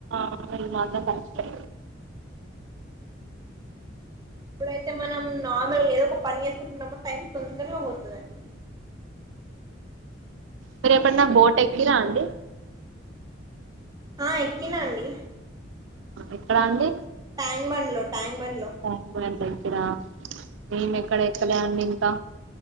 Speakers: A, on the right; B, on the right.
A: ఆ ఇది మాత్రం కరెక్టే
B: ఎప్పుడైతే మనం నార్మల్ ఏదో ఒక పని చేేసుకుంటున్నామో టైం తొందరగా పోతదండి
A: మీర ఎప్పుడన్నా బోట్ ఎక్కిరా అండి
B: ఆ ఎక్కినా అండి
A: ఎక్కడ అండి
B: ట్యాంగ్మన్ లో ట్యాంగ్మన్ లో
A: ట్యాంక్ బండ్ ఎక్కిరా మేము ఎక్కడ ఎక్కలే అండి ఇంకా